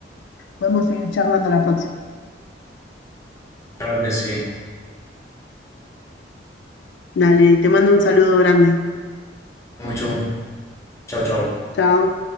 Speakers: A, on the left (about 70°); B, on the left (about 15°).
A: podemos seguir charlando la próxima.
B: claro que sí.
A: Dale, te mando un saludo grande.
B: Mucho. Chao, chao.
A: Chao.